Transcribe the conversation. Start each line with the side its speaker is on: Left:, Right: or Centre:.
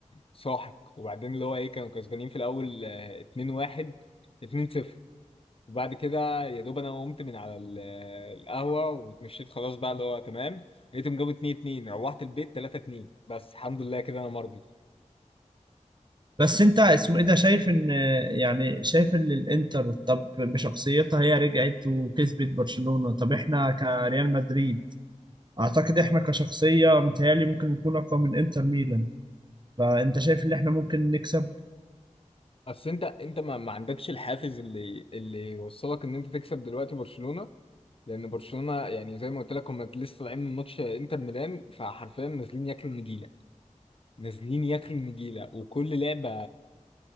Left: ساحق وبعدين اللي هو ايه كانوا كسبانين في الاول آه، 2-1 2-0 وبعد كده يا دوب انا قمت من على ال- آه، القهوه واتمشيت خلاص بقى اللي هو تمام لقيتهم جابوا 2-2 روحت البيت 3-2 بس الحمد لله كده انا مرضي
Right: بس انت اسمه ايه ده شايف ان يعني شايف ان الانتر طب بشخصيتها هي رجعت وكسبت برشلونة طب احنا كريال مدريد اعتقد احنا كشخصية متهيألي ممكن نكون اقوى من انتر ميلان فانت شايف ان احنا ممكن نكسب
Left: بس انت انت ما, ما عندكش الحافز اللي اللي يوصلك ان انت تكسب دلوقتي برشلونه لان برشلونه يعني زي ما قلت لك هم لسه طالعين من ماتش انتر ميلان فحرفيا نازلين ياكلوا النجيله نازلين ياكلوا النجيله وكل لعبه